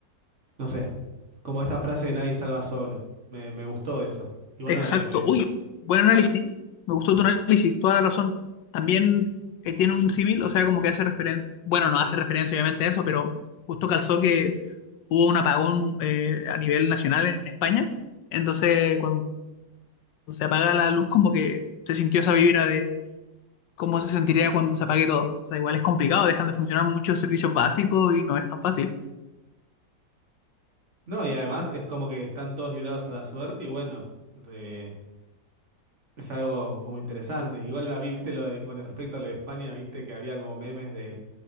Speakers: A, on the right (about 40°); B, on the left (about 75°).
A: sé, como esta frase de nadie salva solo. Me, me gustó eso. Igual
B: Exacto.
A: nada, terminé.
B: Uy, buen análisis. Me gustó tu análisis, toda la razón. También eh, tiene un símil, o sea, como que hace referencia, bueno, no hace referencia obviamente a eso, pero justo calzó que hubo un apagón eh, a nivel nacional en España. Entonces, cuando se apaga la luz, como que se sintió esa vibra de cómo se sentiría cuando se apague todo. O sea, igual es complicado, dejan de funcionar muchos servicios básicos y no es tan fácil.
A: No, y además es como que están todos librados a la suerte y bueno, re- Es algo como interesante. Igual, habí- viste lo de, con respecto a lo de España, viste que había como memes de